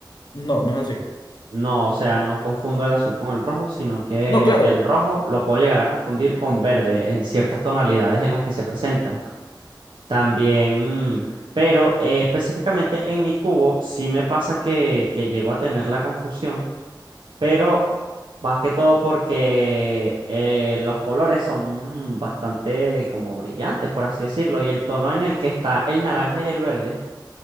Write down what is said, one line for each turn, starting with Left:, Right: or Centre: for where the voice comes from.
Left: no, no es así.
Right: No, o sea, no confundo el azul con el rojo, sino que
Left: No, claro.
Right: el rojo lo puedo llegar a confundir con verde en ciertas tonalidades en las que se presentan. También, pero eh, específicamente en mi cubo sí me pasa que, que llego a tener la confusión, pero más que todo porque eh, los colores son bastante como brillantes, por así decirlo, y el tono en el que está el naranja y el verde,